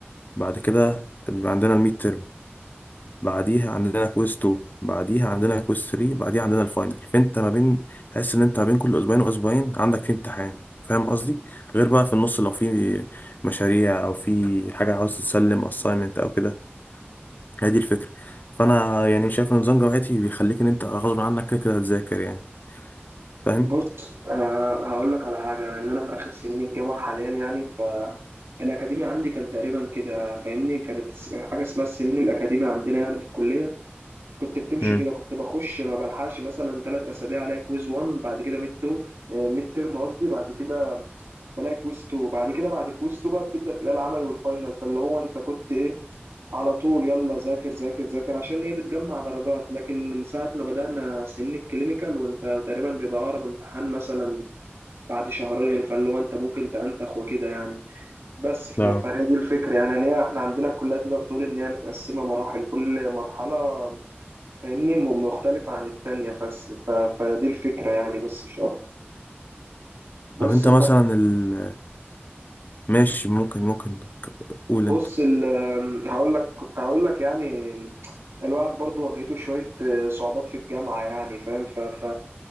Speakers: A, on the left; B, on the right.
A: بعد كده بيبقى عندنا الميد ترم بعديها عندنا كويز 2 بعديها عندنا كويز 3 بعديها عندنا الفاينل فانت ما بين تحس ان انت ما بين كل اسبوعين واسبوعين عندك في امتحان فاهم قصدي غير بقى في النص لو في مشاريع او في حاجه عاوز تسلم اساينمنت او كده هي دي الفكره فانا يعني شايف ان نظام جامعتي بيخليك ان انت غصب عنك كده كده هتذاكر يعني فاهم
B: بص آه هقول لك على حاجه انا ان انا في اخر سنين الجامعه حاليا يعني ف الاكاديمي عندي كان تقريبا كده فاهمني كانت الس- حاجه اسمها السنين الاكاديمي عندنا يعني في الكليه كنت بتمشي
A: امم
B: كده كنت بخش ما بلحقش مثلا ثلاث اسابيع الاقي كويز 1 بعد كده ميد 2 ميد ترم قصدي بعد كده بلاقي كويز 2 بعد كده بعد كويز 2 بقى بتبدا تلاقي العمل والفاينل فاللي هو انت كنت ايه على طول يلا ذاكر ذاكر ذاكر عشان ايه بتجمع درجات لكن من ساعه ما بدانا سن الكلينيكال وانت تقريبا بيبقى اقرب امتحان مثلا بعد شهرين فاللي هو انت ممكن تنتخ وكده يعني بس ف-
A: اه
B: فهي دي الفكره يعني يعني إيه؟ احنا عندنا الكليه تقدر تقول ان هي متقسمه مراحل كل مرحله فاهمني م- مختلفة عن التانية فس ف... فدي الفكرة يعني بس مش أكتر بس
A: طب انت مثلا ال... ماشي ممكن ممكن ك- قول
B: فبص
A: انت
B: ال... هقول لك كنت هقول لك يعني الواحد برضو واجهته شوية صعوبات في الجامعة يعني فاهم ف... ف...